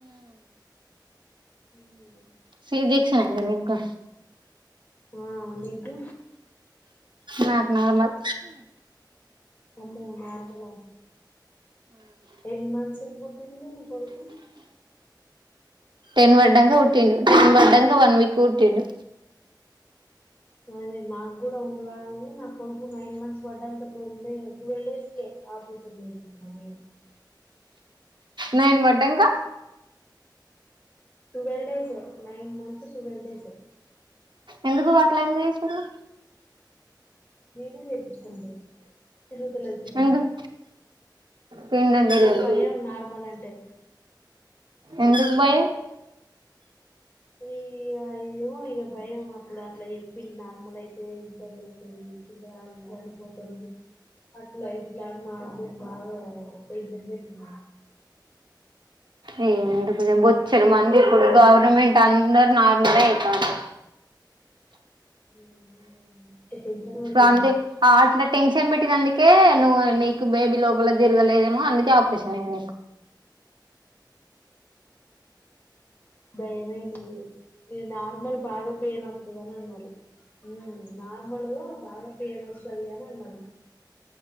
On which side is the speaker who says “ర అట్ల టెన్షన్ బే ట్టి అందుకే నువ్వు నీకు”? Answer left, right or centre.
Right